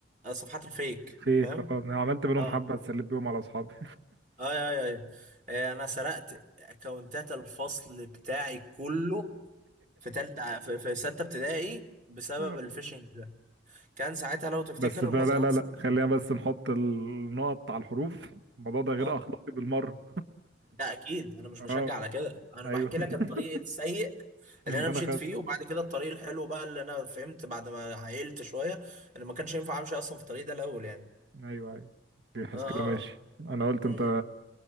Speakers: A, on the right; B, on the right.
A: آه، صفحات الفيك
B: فيك
A: فاهم
B: اه انا عملت منهم
A: اه
B: حبة اتسليت بيهم على اصحابي
A: اه يا يا يا آه، انا سرقت اكونتات الفصل بتاعي كله في تالتة في, في ستة ابتدائي بسبب
B: <laughs>
A: الفيشنج ده كان ساعتها لو تفتكر
B: بس فلا
A: المزرعة
B: لا
A: السعيدة
B: لا خلينا بس نحط النقط على الحروف الموضوع ده غير
A: اه
B: اخلاقي بالمره
A: لا اكيد انا مش
B: <laughs> اه
A: بشجع على كده انا
B: ايوه
A: بحكي لك
B: <laughs>
A: الطريق السيء
B: اللي
A: اللي انا
B: انا
A: مشيت
B: خدته
A: فيه وبعد كده الطريق الحلو بقى اللي انا فهمت بعد ما عقلت شويه ان ما كانش ينفع امشي اصلا في الطريق ده الاول يعني
B: ايوه ايوه يحس
A: اه اه
B: كده ماشي انا قلت
A: آه.
B: انت